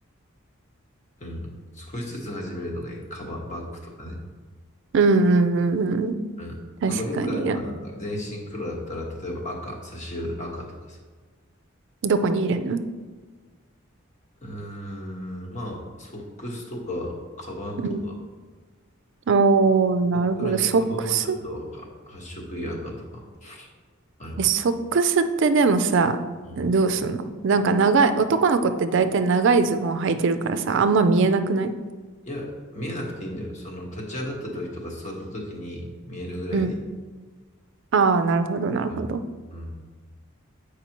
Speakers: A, on the left (about 35°); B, on the right (about 65°).
A: うん。少しずつ始めるのがいい。カバン、バッグとかね。
B: うんうんうんうん。
A: うん。
B: 確かに。
A: 俺よくあるのは、
B: いや
A: なんか、全身黒だったら、例えば赤、差し色で赤とかさ。
B: どこに入れんの
A: うーん、まあ、ソックスとか、カバンとか、
B: うん。おー、なるほど。
A: 真っ黒にカバンはちょっとは発色いい赤とか
B: ソックス
A: あるかも。
B: え、ソックスってでもさ、
A: うん。
B: どうすんのなんか長い、男の子って大体長いズボン履いてるからさ、あんま見えなくない
A: いや、見えなくていいんだよ。その、立ち上がった時とか座った時に見えるぐらいでいい。
B: うん。ああ、なるほど、なるほど。
A: うん。うん。